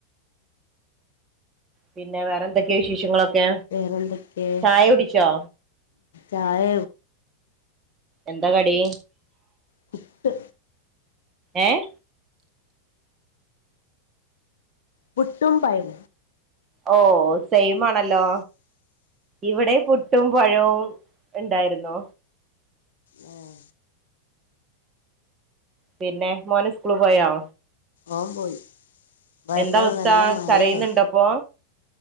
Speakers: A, on the right; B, on the left.
A: പിന്നെ വേറെന്തൊക്കെയാ വിശേഷങ്ങളൊക്കെ
B: വേറെന്തൊക്കെ
A: ചായടിച്ചോ
B: ചായ
A: എന്താ കടി
B: പുട്ട്
A: ഏഹ്
B: പുട്ടും പയം
A: ഓ സെയിമാണല്ലോ ഇവിടെ പുട്ടും പഴവും ണ്ടായിരുന്നു
B: ഉം.
A: പിന്നെ മോന് സ്കൂള് പോയോ
B: ഓം പോയി പോയപ്പള്
A: എന്തവസ്ഥ
B: നല്ല മഴയാണ്
A: കരയ്ന്ന്ണ്ടൊപ്പൊ